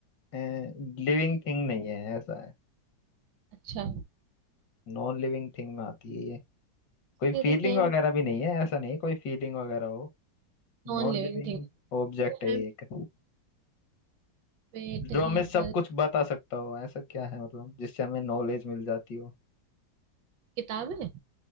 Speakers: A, on the left; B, on the right.
A: लिविंग थिंग नहीं है ऐसा है
B: अच्छा
A: नॉन लिविंग थिंग में आती है ये कोई
B: सिर
A: फीलिंग
B: है
A: वगैरह भी नहीं है ऐसा नहीं है कोई फीलिंग वगैरह हो
B: Non
A: नॉन
B: living
A: लिविंग
B: thing सिर
A: ऑब्जेक्ट है
B: है
A: ये एक
B: पेट
A: जो
B: है
A: हमें सब
B: पर
A: कुछ बता सकता हो ऐसा क्या है मतलब जिससे हमें नॉलेज मिल जाती हो
B: किताब है